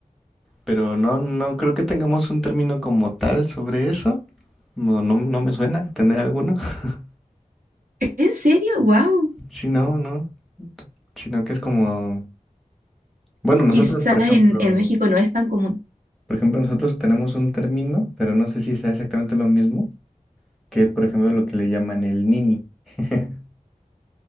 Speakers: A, in the centre; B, on the right.
A: Pero no, no creo que tengamos un término como tal sobre eso. No, no, no me suena tener alguno. <laughs>
B: ¿En serio? ¡Wow!
A: Sí, no, no. Sino que es como, bueno, nosotros,
B: Quizás
A: por ejemplo,
B: en, en México no es tan común.
A: por ejemplo, nosotros tenemos un término, pero no sé si sea exactamente lo mismo, que por ejemplo, lo que le llaman el nini. <laughs>